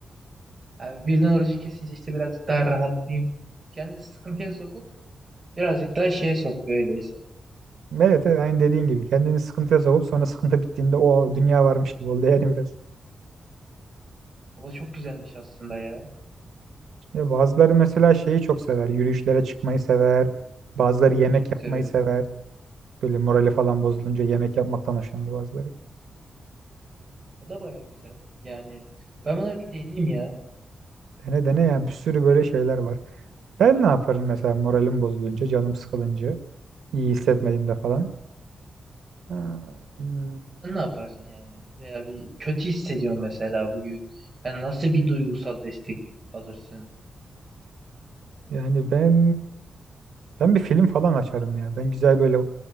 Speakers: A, on the right (about 25°); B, on the right (about 85°).
A: Yani birden orucu kesince işte birazcık daha rahatlayayım. Kendini sıkıntıya sokup birazcık daha şeye sokuyor öyleyse.
B: Evet, evet aynı dediğin gibi kendini sıkıntıya sokup sonra sıkıntı bittiğinde o dünya varmış gibi oldu <laughs> yani biraz.
A: O da çok güzelmiş aslında ya.
B: Ya bazıları mesela şeyi çok sever. Yürüyüşlere çıkmayı sever. Bazıları
A: Ya
B: yemek
A: ben de çok
B: yapmayı
A: severim.
B: sever. Böyle morali falan bozulunca yemek yapmaktan hoşlanır bazıları.
A: O da baya güzel. Yani ben bunları bir deneyeyim ya.
B: Dene dene ya bir sürü böyle şeyler var. Ben ne yaparım mesela moralim bozulunca, canım sıkılınca, iyi hissetmediğimde falan. Ha, hmm,
A: Sen ne yaparsın yani? Veya bir kötü hissediyorsun mesela bugün. Yani nasıl bir duygusal destek alırsın?
B: Yani ben ben bir film falan açarım ya. Ben güzel böyle